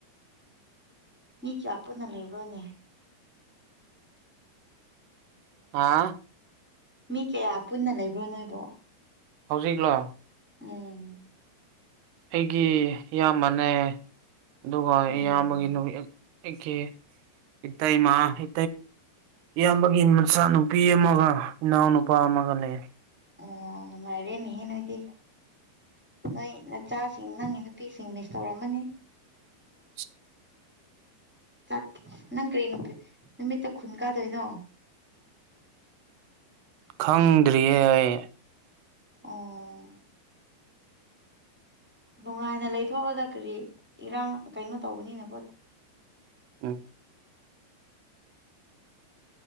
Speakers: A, in the centre; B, on the right.
A: ꯃꯤ ꯀꯥꯌꯥꯄꯨꯟꯅ ꯂꯩꯕꯔꯅꯦ
B: ꯍꯥ
A: ꯃꯤ ꯀꯌꯥ ꯄꯨꯟꯅ ꯂꯩꯕ꯭ꯔꯣ ꯅꯣꯏꯕꯣ
B: ꯍꯧꯖꯤꯛꯂꯣ
A: ꯎꯝ
B: ꯑꯩꯒꯤ ꯏꯌꯥꯝꯕꯅꯦ ꯑꯗꯨꯒ
A: ꯎꯝ
B: ꯏꯌꯥꯝꯕꯒꯤ ꯅꯨꯃꯤꯠ ꯑꯩꯀꯤ ꯏꯇꯩꯃ ꯏ ꯏꯌꯥꯝꯕꯒꯤ ꯃꯆꯥꯅꯨꯄꯤ ꯑꯃꯒ ꯏꯅꯥꯎꯅꯨꯄꯥ ꯑꯃꯒ ꯂꯩꯔꯦ
A: ꯑꯣ ꯅꯨꯡꯉꯥꯏꯔꯦꯅꯦꯍꯦ ꯅꯣꯏꯗꯤ ꯅꯣꯏ ꯅꯆꯥꯁꯤꯡ ꯅꯪꯒꯤ ꯅꯨꯄꯤꯁꯤꯡ ꯃꯤꯁ ꯇꯧꯔꯝꯃꯅꯤ
B: <inaudible>
A: ꯇꯠ ꯅꯪ ꯀꯔꯤ ꯅꯨ ꯅꯨꯃꯤꯠꯇ ꯈꯨꯟ ꯀꯥꯗꯣꯏꯅꯣ
B: ꯈꯪꯗꯔꯤꯌꯦ ꯑꯩ
A: ꯑꯣ ꯅꯨꯡꯉꯥꯏꯅ ꯂꯩꯊꯣꯛꯑꯣꯗ ꯀꯔꯤ ꯏꯔꯥꯡ ꯀꯩꯅꯣ ꯇꯧꯕꯅꯤꯅꯀꯣ
B: ꯑ